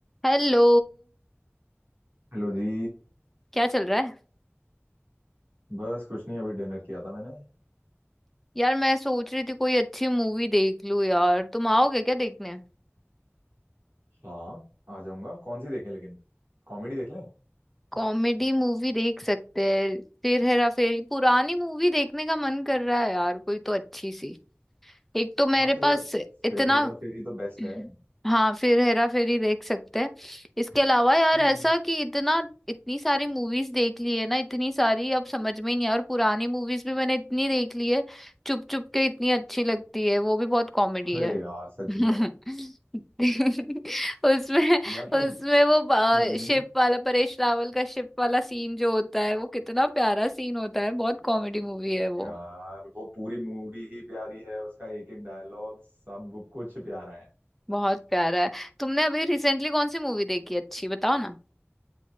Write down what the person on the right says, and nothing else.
Hello जी
बस कुछ नहीं अभी डिनर किया था मैंने
हाँ आ जाऊंगा कौन सी देखें लेकिन कॉमेडी देख लें
हाँ तो
यार
फिर हेरा फेरी तो
बेस्ट है
हम्म
अरे
यार सच
में
यार तो
हम्म,
यार वो पूरी मूवी ही प्यारी है उसका एक एक डायलॉग सब कुछ प्यारा है